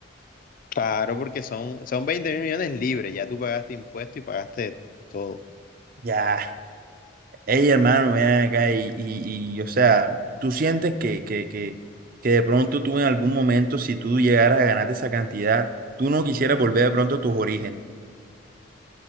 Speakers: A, on the left (about 40°); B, on the right (about 45°).
A: Claro, porque son, son 20 mil millones libres, ya tú pagaste impuestos y pagaste de todo.
B: Ya. Ey, hermano, ven acá y, y, y, o sea, tú sientes que, que, que, que de pronto tú en algún momento, si tú llegaras a ganarte esa cantidad, tú no quisieras volver de pronto a tus orígenes.